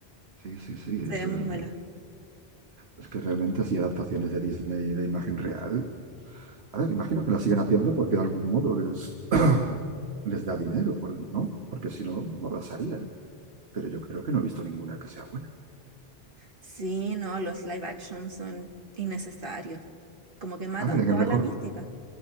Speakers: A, on the right; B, on the right.
A: Sí, sí, sí.
B: se
A: Es,
B: ve muy
A: eh,
B: mala.
A: es que realmente así adaptaciones de Disney de imagen real. A ver, imagino que la siguen haciendo porque de algún modo les, <clears throat> les da dinero, por- ¿no? Porque si no, no las harían. Pero yo creo que no he visto ninguna que sea buena.
B: Sí, no, los live action son innecesarios. Como que matan
A: A ver, en
B: toda
A: el mejor.
B: la mística.